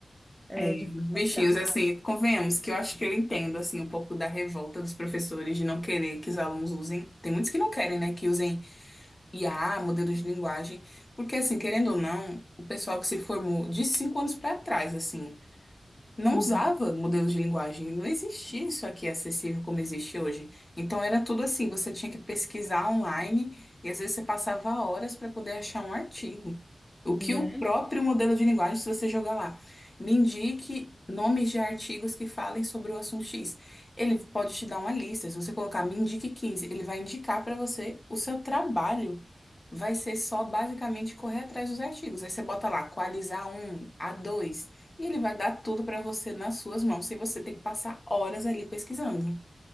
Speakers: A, in the centre; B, on the left (about 25°).
A: é,
B: É,
A: de faculdade.
B: os bichinhos, assim, convenhamos que eu acho que eu entendo, assim, um pouco da revolta dos professores de não querer que os alunos usem. Tem muitos que não querem, né, que usem IA, modelos de linguagem, porque, assim, querendo ou não, o pessoal que se formou de cinco anos pra trás, assim, não
A: Uhum.
B: usava modelos de linguagem, não existia isso aqui acessível como existe hoje. Então era tudo assim, você tinha que pesquisar online e às vezes você passava horas para poder achar um artigo. O que
A: Né?
B: o próprio modelo de linguagem, se você jogar lá, me indique nomes de artigos que falem sobre o assunto X. Ele pode te dar uma lista, se você colocar me indique 15, ele vai indicar para você o seu trabalho vai ser só basicamente correr atrás dos artigos. Aí você bota lá, Qualis a um, a dois e ele vai dar tudo para você nas suas mãos, sem você ter que passar horas ali pesquisando.